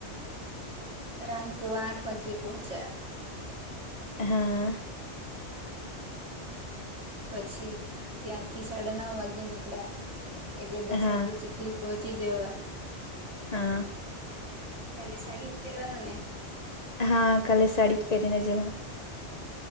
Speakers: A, on the right (about 85°); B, on the left (about 40°).
A: રાનકો આઠ વાગે પહોંચ્યા.
B: હા
A: પછી ત્યાંથી સાડા નવ વાગે નીકળ્યા એટલે દસ
B: હા
A: વાગે ચીખલી પહોંચી જવા
B: હા
A: કાલે સાડી પહેરવાનું ને?
B: હા કાલે શાડી પહેરીને જવાનુ.